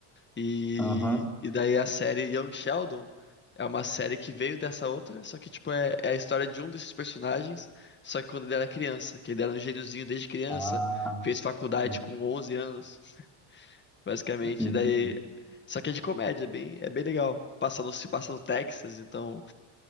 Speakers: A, on the left (about 20°); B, in the centre.
A: E,
B: Aham.
A: e daí a série Young Sheldon é uma série que veio dessa outra, só que tipo é, é a história de um desses personagens, só que quando ele era criança, que ele era um gêniozinho desde criança,
B: Ah,
A: fez faculdade
B: en-
A: com 11 anos, basicamente.
B: entendi.
A: E daí, só que é de comédia, é bem, é bem legal. Passa no, se passa no Texas, então